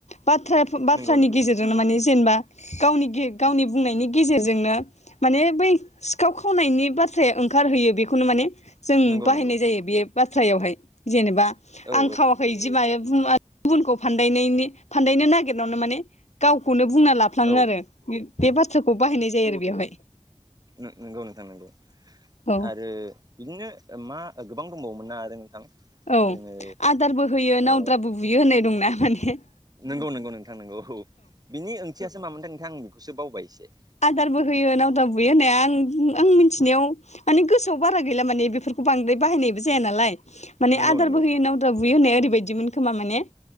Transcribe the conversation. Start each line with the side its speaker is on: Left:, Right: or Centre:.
Left: बाथ्रा बाथ्रानि
Right: नंगौ नंगौ
Left: गेजेरजोंनो मानि जेनेबा गावनि गावनि बुंनायनि गेजेरजोंनो माने बै सिखाव खावनायनि बाथ्रा बाथ्राया ओंखारहोयो बेखौनो माने जों
Right: नंगौ
Left: बाहायनाय
Right: नंगौ
Left: जायो बे बाथ्रायावहाय जेनेबा
Right: औ
Left: आं खावाखै बिदि माने गुबुनखौ फानदायनायनि फानदायनो नागिरनायावनो माने गावखौनो बुंना ला- फ्लाङो
Right: औ
Left: आरो बे बाथ्राखौ बाहायनाय जायो आरो बेवावहाय
Right: नोंगौ नोथां नोंगौ
Left: औ
Right: आरो बिदिनो मा गोबां दंबावोमोन ना आरो नोंथां
Left: औ
Right: जोङो
Left: आदारबो होयो
Right: ओ
Left: नावद्राबो बुयो होननाय दंना माने
Right: नंगौ नंगौ नोंथां नंगौ औ बिनि ओंथियासो मामोनथाय नोंथां आं बेखौसो बावबाय एसे
Left: आदारबो होयो नावद्राबो बुयो होननाया आं बु आं मिथिनायाव माने गोसोआव बारा गैला माने बेफोरखौ बांद्राय बाहायनायबो जाया नालाय माने
Right: नंगौ
Left: आदारबो
Right: नंगौ
Left: होयो‌ नाव द्राबो बुयो होननाया ओरैबायदिमोन खोमा माने